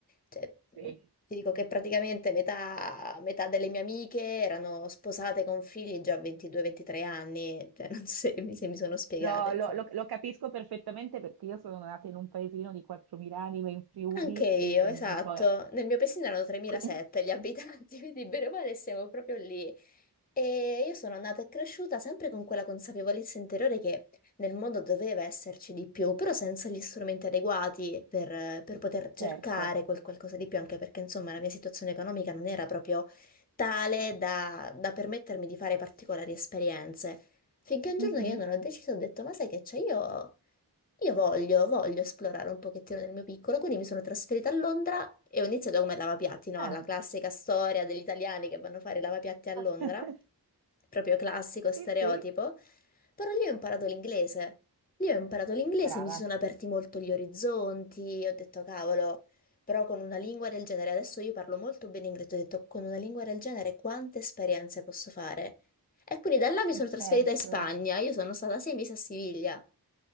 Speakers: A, on the left (about 20°); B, on the right (about 65°).
A: Cioè,
B: Sì,
A: ti dico che praticamente metà, metà delle mie amiche erano sposate con figli già a 22-23 anni, cioè, non so se mi, se mi sono spiegata,
B: No,
A: insomma.
B: lo, lo- lo capisco perfettamente perché io sono nata in un paesino di 4.000 anime in Friuli
A: Anche io,
B: e
A: esatto.
B: mm, poi...
A: Nel mio paesino erano 3007
B: que-
A: gli abitanti, <laughs> quindi bene
B: <laughs>
A: o male siamo proprio lì. E io sono andata e cresciuta sempre con quella consapevolezza interiore che nel mondo doveva esserci di più, però senza gli strumenti adeguati per, per poter cercare
B: Certo.
A: quel qualcosa di più, anche perché insomma la mia situazione economica non era proprio tale da, da permettermi di fare particolari esperienze. Finché un giorno
B: Mhm.
A: io non ho deciso, ho detto, ma sai che c'è, io io voglio, voglio esplorare un pochettino nel mio piccolo, quindi mi sono trasferita a Londra e ho iniziato come lavapiatti, no?
B: Ah.
A: La classica storia degli italiani che vanno a fare i lavapiatti a
B: <laughs>
A: Londra, proprio classico
B: Sì,
A: stereotipo,
B: sì,
A: però lì ho imparato l'inglese. Lì ho imparato l'inglese,
B: brava.
A: mi si sono aperti molto gli orizzonti, ho detto cavolo, però con una lingua del genere, adesso io parlo molto bene inglese, ho detto con una lingua del genere quante esperienze posso fare? E quindi da là mi sono
B: Oh, Certo.
A: trasferita in Spagna, io sono stata sei mesi a Siviglia.